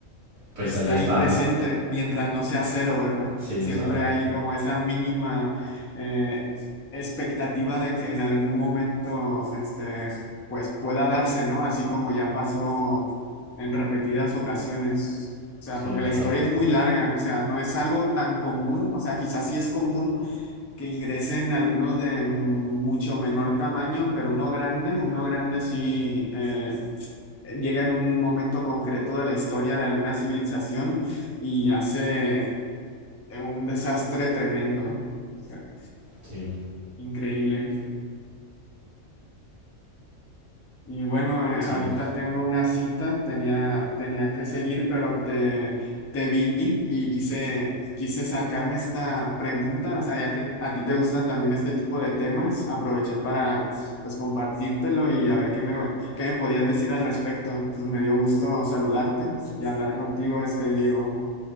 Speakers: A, on the right; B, on the left.
A: pues
B: está
A: ahí está,
B: ahí presente
A: ¿no?
B: mientras no sea cero, ¿verdad?
A: Sí,
B: Siempre
A: o sea,
B: hay como esa mínima eh, expectativa de que en algún momento, este, pues pueda darse, ¿no? Así como ya pasó en repetidas ocasiones. O sea,
A: sí,
B: porque
A: claro.
B: la historia es muy larga, o sea, no es algo tan común, o sea, quizás sí es común que ingresen algunos de mucho menor tamaño, pero uno grande, uno grande sí, eh, eh, llega en un momento concreto de la historia de alguna civilización y hace eh, un desastre tremendo. O sea,
A: Sí,
B: increíble. Y bueno, eh,
A: sí,
B: ahorita tengo una cita, tenía, tenía que seguir, pero te, te vi y quise, quise sacarme esta pregunta, o sea, ya que a ti te gustan también este tipo de temas, aproveché para pues compartírtelo y a ver qué me, qué me podías decir al respecto. Pues me dio gusto saludarte y hablar contigo, este Diego.